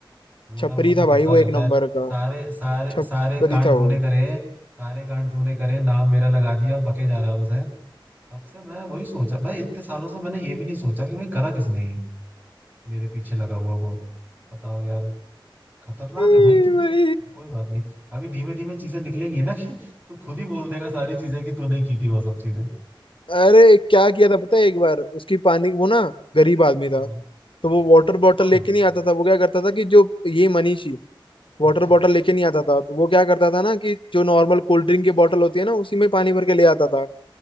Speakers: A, on the right; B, on the left.
A: वो
B: छपरी
A: ना वो ना
B: था
A: करता
B: भाई वो
A: रहता
B: एक नंबर
A: है
B: का
A: सारे सारे
B: छपरी
A: सारे कांड
B: था वो
A: तूने करे सारे कांड तूने करे नाम मेरा लगा दिया बके जा रहा है बस है तब से मैं वही सोचा भाई इतने सालों से मैंने ये भी नहीं सोचा कि भाई करा किसने ये मेरे पीछे लगा हुआ वो बताओ यार खतरनाक
B: ए
A: है भाई तू
B: भाई
A: क्या कोई बात नहीं अभी धीमे धीमे चीजें निकलेंगी ना <laughs> तू खुद ही बोल देगा सारी चीजें कि तूने की थी वो सब चीजें
B: अरे क्या किया था पता है एक बार उसकी पानी वो ना गरीब आदमी था
A: हाँ
B: तो वो वाटर बॉटल
A: कौन
B: लेके नहीं आता था वो क्या करता था कि जो ये मनीष वाटर
A: अच्छा
B: बॉटल लेके नहीं आता था तो वो क्या करता था ना कि जो नॉर्मल कोल्ड ड्रिंक की बॉटल होती है ना उसी में पानी भर के ले आता था